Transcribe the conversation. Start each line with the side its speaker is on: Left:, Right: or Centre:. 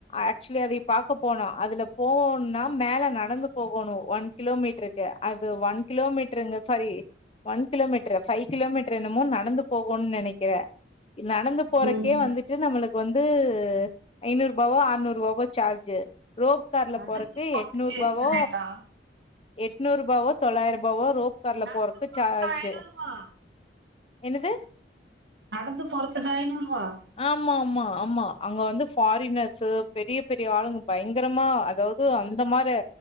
Left: ஆக்சுவலி அதயு பாக்க போனோ அதுல போணும்னா மேல நடந்து போகணு ஒன் கிலோமீட்ருக்கு அது ஒன் கிலோமீட்டருங்க sorry one kilometre five kilometre என்னமோ நடந்து போகுன் நெனைக்கிற நடந்து போறக்கே
Right: ம்
Left: வந்து ட்டு நம்ளுக்கு வந்து ஐநூற்பாவோ ஆற்நூற்பாவோ சார்ஜு ரோப் கார்ல
Right: நடந்து
Left: போறக்கு
Right: போறதுக்கே
Left: எட்நூற்ரூபாவோ
Right: இந்த ரேட்டா
Left: எட்ணூறுபாவோ தொள்ளாய்ருபாவோ ரோப்கார்ல
Right: நடந்து
Left: போறக்கு
Right: போறதுக்கு
Left: சார்ஜு
Right: ஐநூறுவா
Left: என்னது
Right: நடந்து போறத்துக்கா ஐநூறுவா
Left: ஆமாமா ஆமா அங்க வந்து ஃபாரினர்ஸ்சு பெரிய பெரிய ஆளுங்க பயங்கரமா அதாவ் து அந்த மாரே